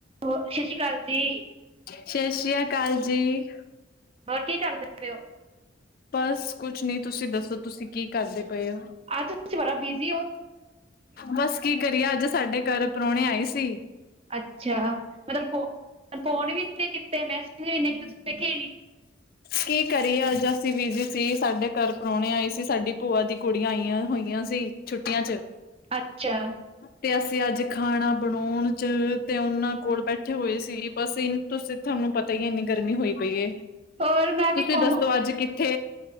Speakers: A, on the right; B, on the left.
A: ਹੋ ਸਤਿ ਸ਼੍ਰੀ ਅਕਾਲ ਜੀ।
B: ਸ਼ਤਿ ਸ਼੍ਰੀ ਅਕਾਲ ਜੀ।
A: ਹੋਰ ਕੀ ਕਰਦੇ ਪਏ ਔ?
B: ਬਸ ਕੁਛ ਨੀ, ਤੁਸੀਂ ਦੱਸੋਂ ਤੁਸੀਂ ਕੀ ਕਰਦੇ ਪਏ ਔ?
A: ਅੱਜ ਤੁਸੀਂ ਬੜਾ ਬਿਜ਼ੀ ਹੋ,
B: ਬਸ ਕੀ ਕਰੀਏ ਅੱਜ ਸਾਡੇ ਘਰ ਪ੍ਰਾਹਣੇ ਆਏ ਸੀ।
A: ਅੱਛਾ ਮਤਲਬ ਫ ਫੋਨ ਵੀ ਇੰਨੇ ਕੀਤੇ, ਮੈਸੇਜ ਵੀ ਇੰਨੇਂ ਕੀਤੇ ਤੁਸੀਂ ਵਖੇ ਨੀ।
B: ਕੀ ਕਰੀਏ ਅੱਜ ਅਸੀਂ ਬਿਜੀ ਸੀ, ਸਾਡੇ ਘਰ ਪ੍ਰਾਹੁਣੇ ਆਏ ਸੀ, ਸਾਡੀ ਭੂਆ ਦੀ ਕੁੜੀਆਂ ਆਈਆਂ ਹੋਇਆਂ ਸੀ, ਛੁੱਟੀਆਂ ਚ।
A: ਅੱਛਾ,
B: ਤੇ ਅਸੀਂ ਅੱਜ ਖਾਣਾ ਬਣਾਉਂਣ 'ਚ ਤੇ ਉਹਨਾਂ ਕੋਲ ਬੈਠੇ ਹੋਏ ਸੀ। ਬਸ ਤੁਸੀਂ ਤੁਹਾਨੂੰ ਪਤਾ ਹੀ ਇੰਨੀ ਗਰਮੀ ਹੋਈ ਪਈ ਏ,
A: ਹੋਰ ਮੈਂ ਵੀ
B: ਤੁਸੀਂ
A: ਕੋਮ
B: ਦੱਸੋਂ ਅੱਜ ਕਿ ਖੇ